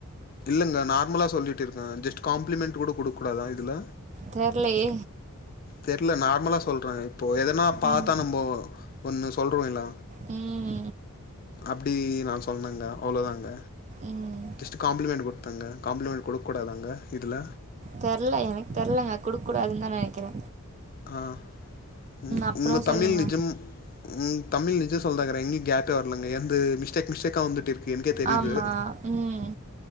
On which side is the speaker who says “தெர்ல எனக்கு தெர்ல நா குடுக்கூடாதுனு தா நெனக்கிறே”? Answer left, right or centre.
Right